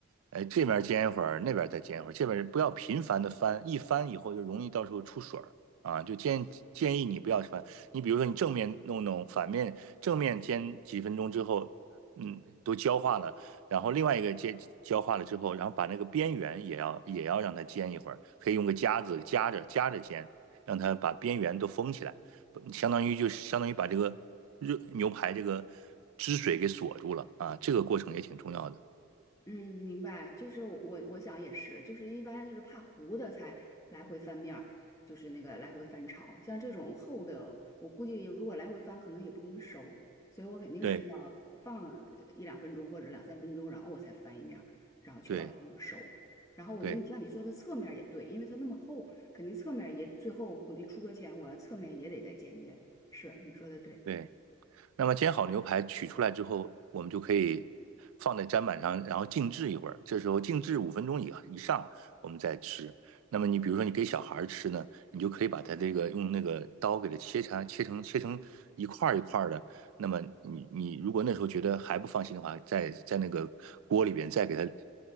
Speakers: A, on the right; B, on the left.
A: 哎，这边煎一会儿，那边再煎一会儿，这边不要频繁的翻，一翻以后就容易到时候出水儿啊。就建建议你不要翻，你比如说你正面弄弄，反面正面煎几分钟之后，嗯，都焦化了，然后另外一个煎焦化了之后，然后把那个边缘也要也要让它煎一会儿，可以用个夹子夹着夹着煎，让它把边缘都封起来。相当于就相当于把这个热牛排这个汁水给锁住了啊，这个过程也挺重要的。
B: 嗯，明白，就是我我想也是，就是一般是怕糊的才来回翻面儿，就是那个来回翻炒，像这种厚的，我估计如果来回翻，可能也不容易熟，所以我肯定是要放一两分钟或者两三分钟，
A: 对
B: 然后我才翻一面儿，然后确保它能熟。
A: 对
B: 然后我觉得你像你说的侧面儿也对，
A: 对
B: 因为它那么厚，肯定侧面儿也最后估计出锅前我要侧面也得再煎煎。是，你说的对。
A: 对。那么煎好牛排取出来之后，我们就可以放在砧板上，然后静置一会儿。这时候静置五分钟以以上，我们再吃。那么你比如说你给小孩吃呢，你就可以把它这个用那个刀给它切成切成切成一块儿一块儿的。那么你你如果那时候觉得还不放心的话，在在那个锅里边再给它